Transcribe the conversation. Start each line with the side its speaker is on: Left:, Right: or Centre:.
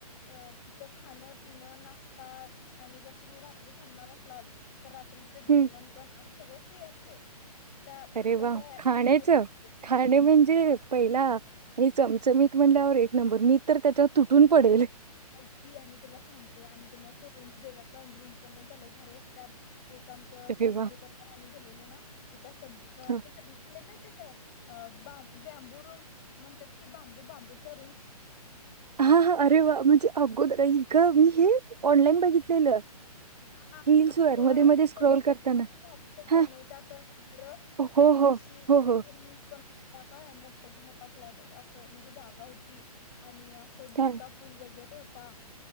Left: अ तिथं खाणं पिणं नाष्टा आणि जर तुम्ही रात्री थांबणार असलाल तर रात्रीचं
Right: हम्म
Left: जेवण पण असं सगळं फ्री असते त्या तुमच्या
Right: अरे वा
Left: त्या
Right: खाण्याचं
Left: पैशामध्ये
Right: खाणे म्हणजे पहिला आणि चमचमीत म्हणल्यावर एक नंबर मी तर त्याच्यावर तुटून पडेल‌
Left: ऐक की आणि तुला सांगते आणि त्यांनी असं रूम्स देत्यात कारण रूम पण त्यांच्या लई भारी असत्यात एक आमचं
Right: अरे
Left: फॅमिली
Right: वा
Left: बरोबर आम्ही गेलेलो ना तिथं असं
Right: हा
Left: ते नवीन आलंय मिळते काय अ बां बँबू रूम्स म्हणत्यात की बांबू बांबूच्या रूम्स
Right: हा हा अरे वा म्हणजे अगोदर आई गं मी हे ऑनलाईन बघितलेलं
Left: हा
Right: रील्सवर
Left: असं वर
Right: मध्ये-मध्ये
Left: असते
Right: स्क्रोल
Left: बघ
Right: करताना.
Left: झाडात बनवतात
Right: हां.
Left: घर
Right: हो, हो.
Left: तशी
Right: हो,
Left: तशी
Right: हो.
Left: रूम्स बनवल्यात त्या कनाय मोठाच्या मोठा फ्लॅट होता असं म्हणजे जागा होती आणि असं झुलता
Right: छान.
Left: पूल वेगेरे होता